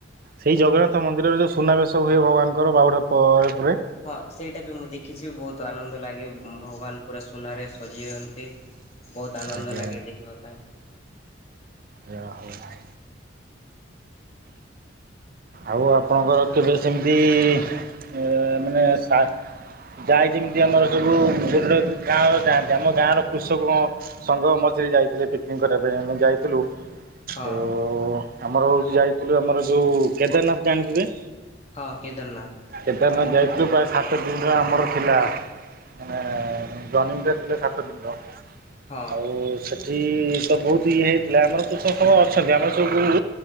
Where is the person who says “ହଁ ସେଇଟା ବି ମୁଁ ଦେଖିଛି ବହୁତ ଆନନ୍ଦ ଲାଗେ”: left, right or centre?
Left